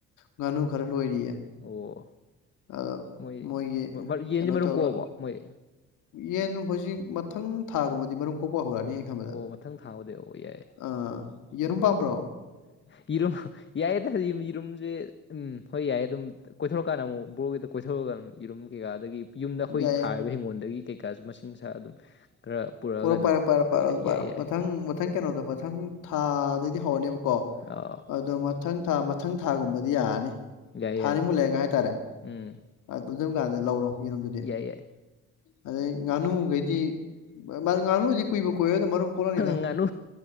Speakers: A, on the left; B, on the left.
A: ꯉꯥꯅꯨ ꯈꯔ ꯂꯣꯏꯔꯤꯌꯦ
B: ꯑꯣ
A: ꯑꯗꯣ
B: ꯃꯣꯏ
A: ꯃꯣꯏꯒꯤ
B: ꯌꯦꯟꯗꯤ
A: ꯀꯩꯅꯣ
B: ꯃꯔꯨꯝ
A: ꯇꯧꯔꯒ
B: ꯀꯣꯛꯑꯕꯣ ꯃꯣꯏ
A: ꯌꯦꯟꯅꯨꯡ ꯍꯧꯖꯤꯛ ꯃꯊꯪ ꯊꯥꯒꯨꯝꯕꯗꯤ ꯃꯔꯨꯝ ꯀꯣꯛꯄ ꯍꯧꯔꯛꯑꯅꯤ ꯈꯟꯕꯗ
B: ꯑꯣ ꯃꯊꯪ ꯊꯥꯕꯗ ꯑꯣ ꯌꯥꯏ
A: ꯑꯥ ꯌꯦꯔꯨꯝ ꯄꯥꯝꯕ꯭ꯔꯣ
B: ꯌꯦꯔꯨꯝ ꯌꯥꯏꯌꯦꯗ ꯌꯦꯔꯨꯝꯁꯦ ꯎꯝ ꯍꯣꯏ ꯌꯥꯏꯌꯦ ꯑꯗꯨꯝ ꯀꯣꯏꯊꯣꯔꯛꯀꯥꯟꯗ ꯑꯃꯨꯃꯨꯛ ꯕ꯭ꯔ‌ꯣꯒꯤꯗ ꯀꯣꯏꯊꯣꯔꯛꯀꯥꯟ ꯌ‌ꯦꯔꯨꯝ ꯀꯩꯀꯥꯗꯒꯤ ꯌꯨꯝꯗ ꯑꯩꯈꯣꯏ
A: ꯌꯥꯏꯌꯦ
B: ꯊꯥꯔꯤꯕ ꯍꯤꯡꯒꯣꯜꯗꯒꯤ ꯀꯩꯀꯥꯁꯨ ꯃꯁꯤꯡꯁꯥ ꯑꯗꯨꯝ ꯈꯔ ꯄꯨꯔꯛꯑꯒ
A: ꯄꯨꯔꯛ
B: ꯑꯗꯨꯝ
A: ꯄꯥꯏꯔ‌ꯣ ꯄꯥꯏꯔ‌ꯣ
B: ꯇꯧ
A: ꯄꯥꯏꯔꯣ
B: ꯌꯥꯏ
A: ꯄꯥꯏꯔꯣ
B: ꯌꯥꯏ ꯌꯥꯏ
A: ꯃꯊꯪ ꯃꯊꯪ ꯀꯩꯅꯣꯗ ꯃꯊꯪ ꯊꯥꯗꯩꯗꯤ ꯍꯧꯔꯅꯦꯕꯀꯣ
B: ꯑ
A: ꯑꯗꯣ ꯃꯊꯪ ꯊꯥ ꯃꯊꯪ ꯊꯥꯒꯨꯝꯕꯗꯤ ꯌꯥꯔꯅꯤ
B: ꯌꯥꯏ
A: ꯊꯥꯅꯤ
B: ꯌꯥꯏ
A: ꯃꯨꯛ ꯂꯩꯒ ꯍꯥꯏꯇꯥꯔꯦ
B: ꯎꯝ
A: ꯑꯥ ꯇꯨꯝꯖꯝ ꯀꯥꯟꯗ ꯂꯧꯔꯣ ꯌꯦꯔꯨꯝꯗꯨꯗꯤ
B: ꯌꯥꯏ ꯌꯥꯏ
A: ꯑꯗꯩ ꯉꯥꯅꯨꯈꯩꯗꯤ ꯃꯥ ꯉꯥꯅꯨꯗꯤ ꯀꯨꯏꯕꯨ ꯀꯨꯏꯔꯔ‌ꯣꯏꯗ ꯃꯔꯨꯝ ꯀꯣꯛꯂꯛꯑꯅꯤꯗ
B: ꯉꯥꯅꯨ